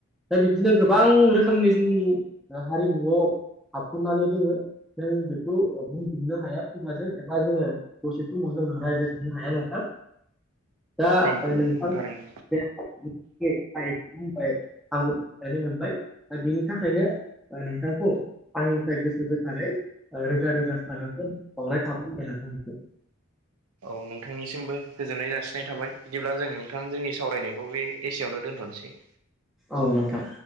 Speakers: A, in the centre; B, on the right.
A: दा बिब्दिनो गोबां रोखोमनि जोंनि हारिमुआव हाबथ'नानै दोङो जों बेखौ बुंफिननो हाया खगाजों एबा जोङो दसे समाव जोङो राय नो हाया नोंथां दा
B: नंगौ
A: नोंथां
B: थारैनो
A: बे आं इखौ बुंबाय आंबो बुजिनानै मोनबाय दा बेनि थाखायनो ओ नोंथांखौ आंनिफ्राय गोसो गोथारै रोजा रोजा सागाखौ बावनाय थाबाय आरो नोंथांनिसिम
B: औ नोंथांनिसिमबो गोजोननाय जासिनाय थाबाय बिदिब्ला जों नोंथां जोंनि सावरायनायखौ बे एसेयावनो दोन्थ'नोसै
A: औ नोंथां